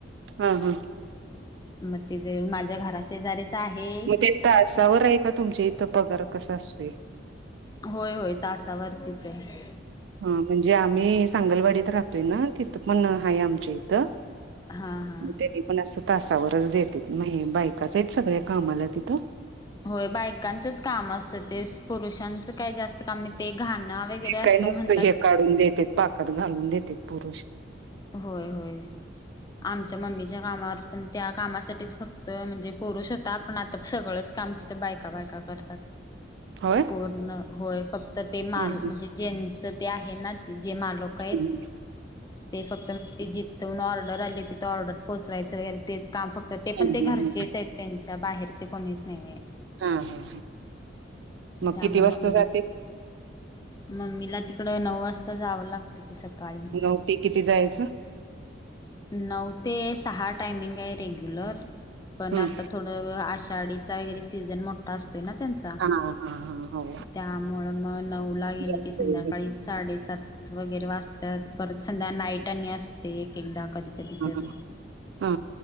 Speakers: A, on the right (about 70°); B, on the left (about 20°).
A: हा हा
B: मग ति जे माझ्या घरा शेजारी्याचा आहे.
A: मग ते तासावर आहे का तुमच्या इथं पगार कसा असतोय?
B: होय होय तासावरतीच आहे.
A: हा म्हणजे आम्ही सांगलवाडीत राहतोय ना तिथं पण आहे आमचे. त मग
B: हा हा.
A: त्यांनी आपण असं तासावरच देते म्ह बायकाच सगळ्या कामाला तिथं.
B: होय बायकांचंच काम असतं ते पुरुषांचं काही जास्त काम निघ ते घाणं वगैरे
A: ते
B: असतं
A: काय नुसतं
B: म्हणतात.
A: हे काढून देतेेत पाकात घालून देते पुरुष.
B: होय होय. आमच्या मम्मीच्या कामावर पण त्या कामासाठीच फक्त म्हणजे पुरुष होता, आपण आता सगळंच काम ते बायका बायका करतात.
A: होय.
B: पूर्ण होय फक्त ते माल
A: हम्म
B: म्हणजे ज्यांच ते आहे ना जे मालक आहेत
A: हम्
B: ते फक्त म्हणजे ती जिथून ऑर्डर आली तिथ ऑर्डर पोचवायचं वगैरे तेच काम फक्त. तर ते पण
A: हम्म
B: ते घरचेच
A: हम्म
B: आहेत त्यांच्या बाहेरचे कोणीच नाही आहे.
A: हा ह मग
B: त्यामुळे
A: किती
B: मम्मी
A: वाजता जातील?
B: मम्मीला तिकड नऊ वाजता जावं लागत की सकाळी.
A: नऊ ते किती जायचं?
B: नऊ ते सहा टायमिंग आहे रेग्युलर पण
A: हम्म.
B: आता थोडं आषाढीचा वगैरे सीझन मोठा असतोय ना त्यांचा.
A: हा हा हा हो
B: त्यामुळ मग नऊ ला गेली
A: जास्त
B: की संध्याकाळी
A: वेळ घेत.
B: साडेसात वगैरे वाचतात परत संध्या नाईटनी असते एक एकदा. कधी कधी
A: हा
B: तर
A: हा. हा